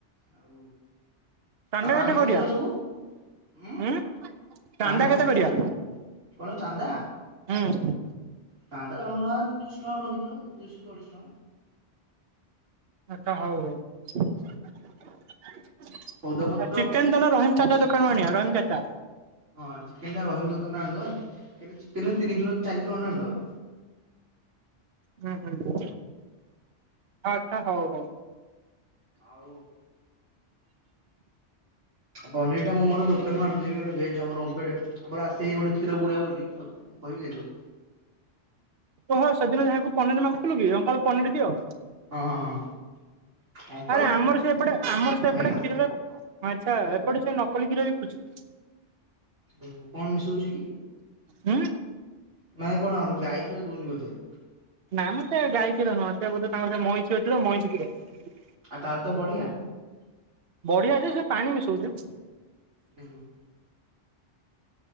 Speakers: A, on the right; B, on the right.
A: ଆଉ
B: ଚାନ୍ଦା
A: ଆଉ ପାଣି
B: କେତେ କରିବା
A: ପତ୍ର ସବୁ? ଉଁ?
B: ହୁଁ ଚାନ୍ଦା
A: ପାଣି ପତ୍ର
B: କେତେ କରିବା
A: ସବୁ କଣ ଚାନ୍ଦା?
B: ହୁଁ
A: ଚାନ୍ଦା ଜଣକ ଜଣା ଦୁଇଶ ଟଙ୍କା ଗୋଟେ ଲଗେଇଦବା ଦୁଇଶ କି ଅଢ଼େଇଶ ଟଙ୍କା।
B: ଆଚ୍ଛା ହଉ ହଉ ଆ ଚିକେନ୍
A: ସଉଦାପତ୍ର
B: ଆଉ ଚିକେନ ତାଲେ ରହିମ୍ ଚାଚା ଦୋ କାନରୁ ଆଣିବା ରହିମ୍ ଚାଚା।
A: ହଁ ଚିକେନ୍ ଟା ରହିମ୍ ଦୋକାନରୁ ଆଣିଦବା କେତେ ଚିକେନ୍ ରେ ତିନି କିଲ ଚାରି କିଲ ଅଣ୍ଡେ ଆଣିଦବା।
B: ଉଁ ହୁଁ ଆଚ୍ଛା ହଉ ହଉ।
A: ଆଉ ପନିର୍ ଟା ମୁଁ ମୋର ଦୋକାନରୁ ଆଣିଦେବି ଗୋଟେ ଭେଜ୍ ଆମର ଓମଫେଡ଼୍ ଆମର ଆସେ ଗୋଟେ କ୍ଷୀର ବୁଢ଼ା ବୋଲି ତାକୁ କହିବି ଦେଇଦବ।
B: ଓହୋ ସେଦିନ ଯାହାକୁ ପନିର ମାଗୁଥୁଲୁ କି ଅଙ୍କଲ୍ ପନିର୍ ଦିଅ?
A: ହଁ, ହଁ। ଅଙ୍କଲ
B: ଆରେ
A: କଣ
B: ଆମର ସେ ଏପଟେ ଆମର ସେ
A: ଭାଇନା
B: ଏପଟେ କ୍ଷୀରରେ ଆଚ୍ଛା ଏପଟେ ସେ ନକଲି କ୍ଷୀର ବିକୁୁଚି।
A: ଓହୋ! କଣ ମିଶଉଚି କି?
B: ଉଁ?
A: ମାନେ କଣ ଗାଈ କ୍ଷୀର ଦୋଉନି ବୋଧେ?
B: ନାଁ ମ ସେ ଗାଈ କ୍ଷୀର ନୁହଁ ସେ ବୋଧେ ତାଙ୍କର ସେ ମଇଁଷି ଅଛିି ତ ମଇଁଷି କ୍ଷୀର।
A: ଆଉ ତାହେଲେ ତ ବଢ଼ିଆ।
B: ବଢ଼ିଆ ଯେ ସେ ପାଣି ମିଶଉଚି।
A: ଓହୋ।